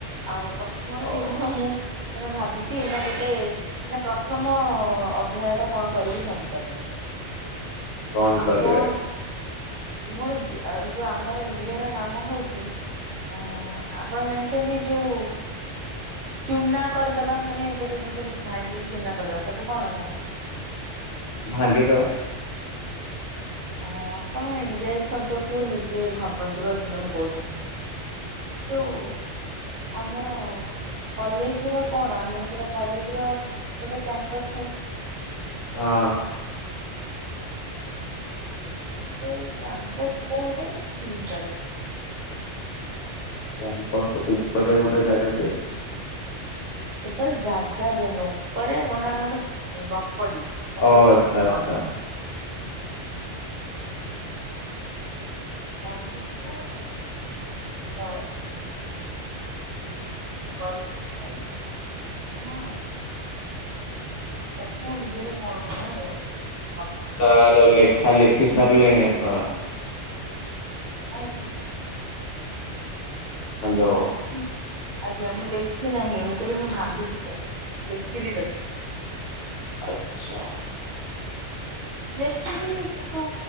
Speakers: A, on the right; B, on the left.
A: ଆଉ ପ୍ରଥମ କର
B: ହଉ
A: କେବଳ ମୁଁ ମାନେ ଭାବିଛି ଏଇ ନା ଗୋଟେ ମାନେ ପ୍ରଥମ ଅଧ୍ୟାୟ ଟା କଣ କରିବି ଭାବି ସାରିଲିନି।
B: କଣ
A: ଆ
B: କରିବେ
A: କଣ ମୋର ଯୋଉ ଆମର ଇଏ ର ନାମ ହଉଛି, ଅ ଆପଣ ଜାଣି ଛନ୍ତି ଯୋଉ ଚୁନା କରିଦବା, ମାନେ ଗୋଟେ ଜିନିଷକୁ ଭାଙ୍ଗିକି ଚୁନା କରିଦବା ତାକୁ କଣ କୁହନ୍ତି?
B: ଭାଙ୍ଗି ଦବା।
A: ଆପଣ ଇଂରାଜୀ ଶବ୍ଦ କୁ ନିଜେ ଭାବନ୍ତୁ। ରହିଥା ମୁଁ କହୁଛି। ଯଉ ଆମର କଲେଜ ର କଣ? ଆମର ସେଟା କଲେଜ୍ ର ଗୋଟେ କ୍ୟାମ୍ପସ ଥାଏ।
B: ହଁ।
A: ହଉ ଗୋଟେ ଏଇ ଶାନ୍ତ ସୂତାର ଗୋଟେ ନିଜର
B: କ୍ୟାମ୍ପସ ଉପରେ ଗୋଟେ ଜାଗା ଟେ
A: ଉପରେ ଜାଗା ଦେଇନୁ ଉପରେ ମାନେ ଆମର ଗପଡି ଆ
B: ଓ
A: <unintelligible>
B: ଆଚ୍ଛା ଆଚ୍ଛା।
A: କ୍ୟାମ୍ପସ ତ କରିଛି <unintelligible> ପ୍ରଥମ ବିଦ୍ୟାରେ କଣ କଣ ତାପରେ
B: ତାର ଲେଖା ଲେଖି ସାରିଲେଣି ଆପଣ?
A: ହଁ ଏଇ <unintelligible>
B: ହ୍ୟାଲୋ
A: ଏବେ ଲେଖ ଆଜ୍ଞା ମୁଁ ଲେଖି ନାହିଁ ମୁଁ କହିଲି ମୁଁ ଭାବିଛି ତ ଲେଖିବି ତ
B: ଆଚ୍ଛା।
A: ଲେଖିବି କିନ୍ତୁ